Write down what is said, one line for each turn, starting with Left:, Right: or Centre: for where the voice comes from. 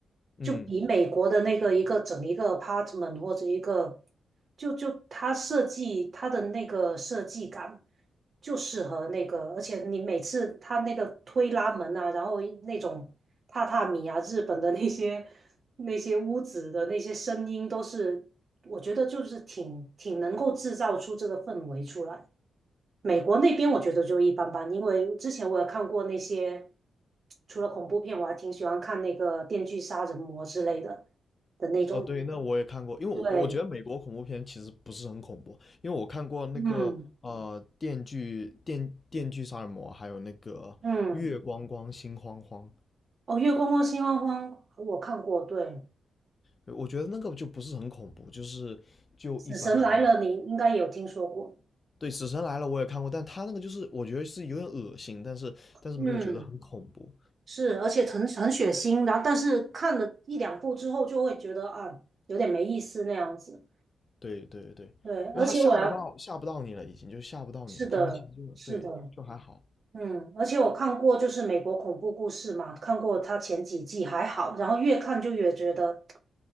Left: 嗯，
Right: 就比美国的那个一个整一个 apartment 或者一个，就就它设计它的那个设计感就适合那个，而且你每次它那个推拉门啊，然后那种榻榻米啊，日本的那些那些屋子的那些声音都是。我觉得就是挺挺能够制造出这个氛围出来。美国那边我觉得就一般般，因为之前我也看过那些，除了恐怖片，我还挺喜欢看那个《电锯杀人魔》之类的的那种。
Left: 哦，对，那我也看过，因为我我觉得美国恐怖片其实不是很恐怖，
Right: 对，
Left: 因为我看过那个呃《电锯电电锯杀人魔》，
Right: 嗯
Left: 还有那个
Right: 嗯，
Left: 《月光光心慌慌》，
Right: 哦，《月光光心慌慌》我看过，对，
Left: 对我觉得那个就不是很恐怖，就是就一般般啊。
Right: 《死神来了》你应该有听说过，
Left: 对，《死神来了》我也看过，但他那个就是我觉得是有点恶心，但是但是没有觉得很恐怖。
Right: 嗯，是，而且很很血腥，然后但是看了一两部之后就会觉得啊，有点没意思那样子。
Left: 对对对，
Right: 对，
Left: 因为他吓不到吓不到你了，
Right: 而且我要
Left: 已经就吓不到你了，
Right: 是的，
Left: 他们其实就对就还好。
Right: 是的。嗯，而且我看过，就是美国恐怖故事嘛，看过它前几季还好，然后越看就越觉得